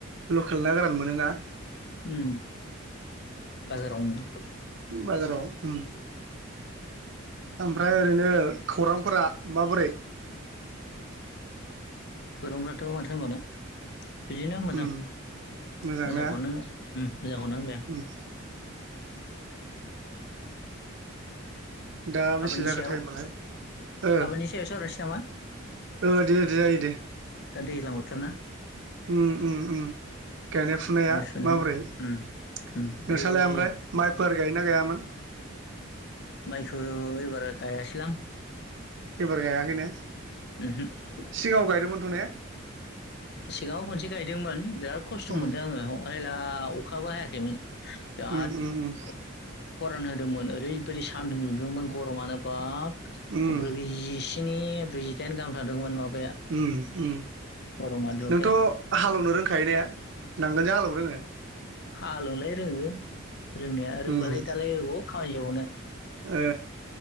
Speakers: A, on the right (about 60°); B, on the left (about 55°).
A: लखेल ना गोरान मोनोना?
B: उम बाजाराव मोनो।
A: बाजाराव उम ओमफ्राय ओरैनो खौरांफोरा माबोरै?
B: गोरोंफ्राथ' माथो होनबावनो बिदिनो मोजां
A: उम मोजां
B: मोजांखौनो
A: ना
B: ओम मोजांखौनो होनबाय आं।
A: उम। दा बेसे
B: आबादनि
A: जाखो
B: सायाव
A: थायेमालाय ओ।
B: आबादनि सायाव सावरायनोसै नामा
A: ओ दि दि जायो दे।
B: दा दैज्लां बोथोर ना?
A: ओम ओम ओम गायनाय फुनाया
B: फुनाय
A: माबोरै नोंसालाया
B: उम उम ओरै
A: ओमफ्राय? माइफोर गायोना गैयामोन?
B: माइखो एबार गायासैलां।
A: एबार गाहामैनो?
B: ओहोम
A: सिगाङाव गायदोंमोनथ' ने?
B: सिगाङाव खनसे गायदोंमोन बिराद खस्थ'
A: उम
B: मोनदों आङो आयला अखाबो हायाखैमोन। बिराद
A: उम उम
B: गिख'
A: उम
B: खरान होदोंमोन। ओरैबायदि सान्दुं दुंदोंमोन गरमानो बाब
A: उम
B: ब्रैजि स्नि ब्रैजिदाइन गाहाम थांदोंमोन माबाया।
A: ओम ओम
B: गरमा दुंथाया
A: नोंथ' हालेवनो रोंखायो ने नांगोलजों हालेवनो रोङो।
B: हालोवनोलाय रोङो रोंनाया रोंबालाय
A: उम
B: दालाय अबाव खामानि जाबावनो।
A: ओ